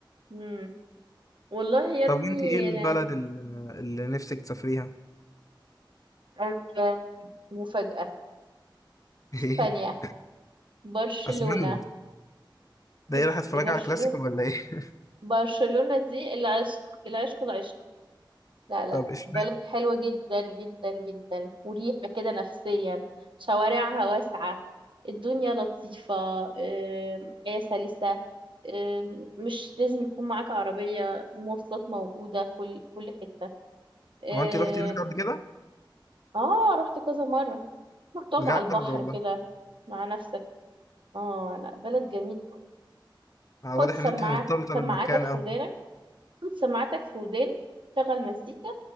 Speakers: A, on the right (about 75°); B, on the left (about 40°).
A: امم والله يا ابني
B: طب وانت ايه البلد ال- اللي نفسك تسافريها
A: آه، آه، مفاجأة
B: <laughs>
A: إسبانيا برشلونة
B: اسبانيا ده
A: بص
B: ايه رايحة اتفرج
A: برشلونة
B: على كلاسيكو ولا ايه <laughs>
A: برشلونة دي العشق العشق العشق لا لا
B: طب اشمعنى
A: بلد حلوة جدا جدا جدا مريحة كده نفسيا شوارعها واسعة الدنيا لطيفة آم، حياة سلسة آم، مش لازم يكون معاك عربية مواصلات موجودة كل في كل حتة آم،
B: هو انت رحتي هناك قبل كده
A: اه رحت كذا مرة رحت تقعد
B: بجد
A: على البحر
B: والله
A: كده مع نفسك اه لا بلد جميل
B: آه،
A: حط
B: واضح
A: سماعات
B: ان انت مرتبطة
A: سماعاتك
B: بالمكان
A: في
B: اوي
A: ودانك حط سماعاتك في ودانك شغل مزيكا